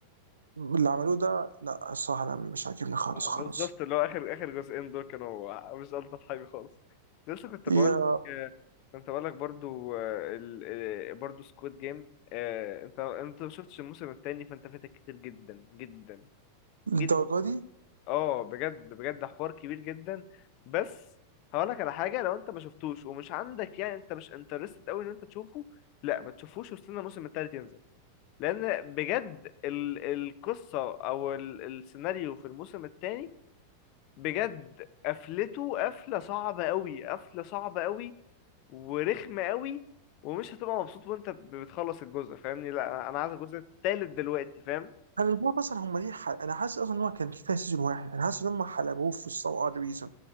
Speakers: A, on the right; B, on the left.
A: اللي عملوه ده لا الصراحه انا مش عاجبني خالص
B: بالظبط
A: خالص
B: اللي هو اخر اخر جزئين دول كانوا مش الطف حاجه خالص لسه كنت بقول
A: يا
B: لك آه، كنت بقول لك برضو آه، ال... آه، برضو سكواد جيم انت انت ما شفتش الموسم التاني فانت فاتك كتير جدا جدا
A: للدرجه
B: جدا
A: دي
B: اه بجد بجد حوار كبير جدا بس هقولك على حاجه لو انت ما شفتوش ومش عندك يعني انت مش انترستد قوي ان انت تشوفه لا ما تشوفوش واستنى الموسم التالت ينزل لان بجد ال القصه او ال السيناريو في الموسم التاني بجد قفلته قفله صعبه قوي قفله صعبه قوي ورخمه قوي ومش هتبقى مبسوط وانت بتخلص الجزء فاهمني لا انا أنا عايز الجزء التالت دلوقتي فاهم
A: انا مش عارف اصلا هم ليه حل... انا حاسس اصلا ان هو كان كفايه سيزون واحد انا حاسس ان هم حلبوه في some odd reason